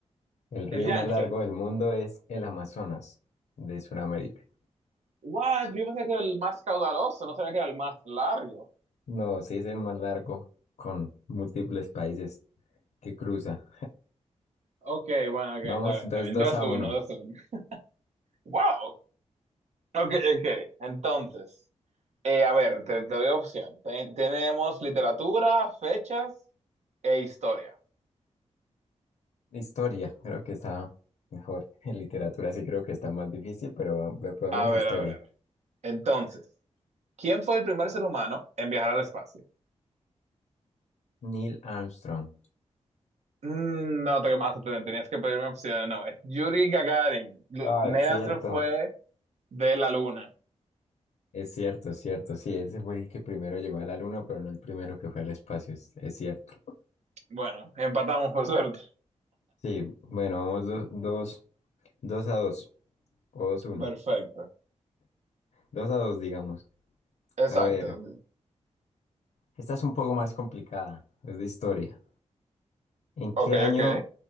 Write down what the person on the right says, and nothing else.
El Yangtze.
What? Yo pensé que era el más caudaloso, no sabía que era el más largo.
Ok, bueno, ok,
está bien,
está bien.
dos
uno. 2-1. Wow. Ok, ok. Entonces, eh, a ver, te, te doy opción. Ten- tenemos literatura, fechas e historia.
A ver,
a ver. Entonces, ¿quién fue el primer ser humano en viajar al espacio?
Mm, no, te, más, te- tenías que pedirme opción. No, es Yuri Gagarin. Lu-
Neil
Armstrong fue de la luna.
Bueno, empatamos por suerte.
Perfecto.
Exacto.
Ok,
ok.